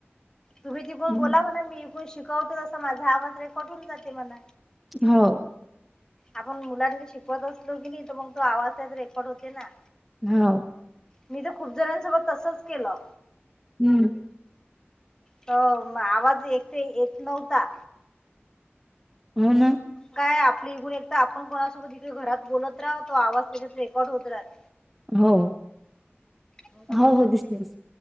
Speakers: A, on the left; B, in the centre.
A: तुम्ही तिकून
B: हम्म.
A: बोला म्ह मी इकून शिकवते तसं माझा आवाज् रेकॉर्ड होऊन जाते म्हणा.
B: हाव.
A: आपण मुलां शिकवत असलो की नाही तर मग तो आवाज त्याच रेकॉर्ड होते ना.
B: हाव.
A: मी तर खूप जणांसोबत तसंच केलं.
B: हम्म.
A: अ आवाज एकटे येत नव्हता.
B: हो ना.
A: काय आपली इघून एक तर आपण कोणासोबत इथडे घरात बोलत राह तो आवाज त्याच्यात रेकॉर्ड होत राहत.
B: हो
A: मग तसंच
B: हो हो दिसलेस.